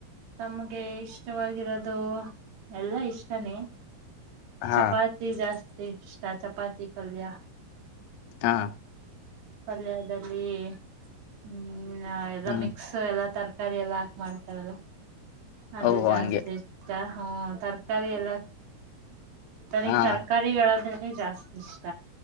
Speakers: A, on the right; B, on the left.
A: ತಮಗೆ ಇಷ್ಟವಾಗಿರೋದು ಅದು ಎಲ್ಲಾ ಇಷ್ಟನೇ
B: ಹಾ
A: ಚಪಾತಿ ಜಾಸ್ತಿ ಷ್ಟ ಚಪಾತಿ ಪಲ್ಯ
B: ಹಾ
A: ಪಲ್ಯದಲ್ಲಿ ಹ್ಮ ಎಲ್ಲಾ
B: ಹ್ಮ್
A: ಮಿಕ್ಸ್ ಎಲ್ಲಾ ತರಕಾರಿ ಕರಿ ಎಲ್ಲಾ ಹಾಕ್ ಮಾಡ್ತಾರಲ್ಲ ಅದು
B: ಓಹೋ
A: ಜಾಸ್ತಿ
B: ಹಂಗೆ
A: ಇಷ್ಟ ಹ್ಮ ತರಕಾರಿ ಎಲ್ಲ ನನಗ್
B: ಹಾ
A: ತರಕಾರಿಗಳದ್ರ ಜಾಸ್ತಿ ಇಷ್ಟ